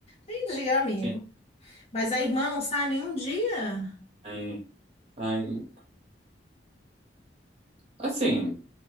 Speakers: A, on the left (about 35°); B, on the right (about 35°).
A: Entendi, amigo.
B: Sim.
A: Mas a irmã não sai nenhum dia?
B: Aí, aí, assim,